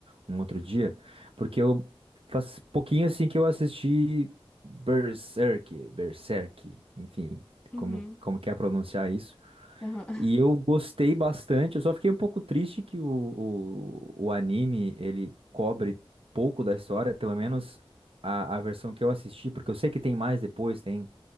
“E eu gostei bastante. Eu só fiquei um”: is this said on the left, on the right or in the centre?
Right